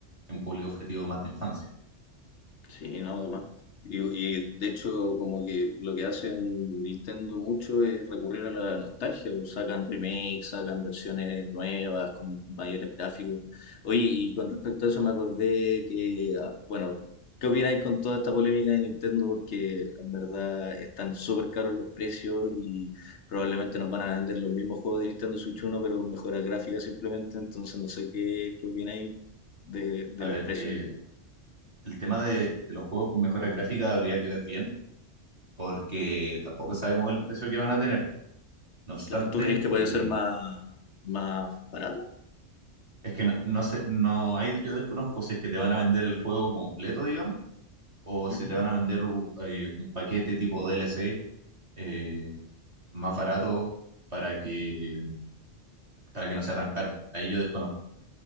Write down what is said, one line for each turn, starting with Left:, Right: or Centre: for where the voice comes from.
Right: un público objetivo más de infancia.
Left: Sí, no, además. Y, y, de hecho, como que lo que hacen Nintendo mucho es recurrir a la nostalgia, o sacan remakes, sacan versiones nuevas con mayores gráficos. Oye, y con respecto a eso me acordé que, ah, bueno, ¿qué opináis con toda esta polémica de Nintendo? Porque en verdad están súper caros los precios y probablemente nos van a vender los mismos juegos de Nintendo Switch uno pero con mejoras gráficas simplemente. Entonces, no sé qué, qué opináis de, de
Right: A ver,
Left: los precios,
Right: eh,
Left: en verdad.
Right: el tema de, de los juegos con mejora gráfica habría que ver bien, porque tampoco sabemos el precio que van a tener. No obstante,
Left: Cla- ¿Tú crees que puede
Right: eh,
Left: ser más, más barato?
Right: es que no, no sé, no hay, yo desconozco si es que te van a vender el juego completo, digamos, o
Left: Ujú.
Right: si te van a vender u- eh, un paquete tipo DLC eh, más barato para que, para que no sea tan caro. Ahí yo desconozco,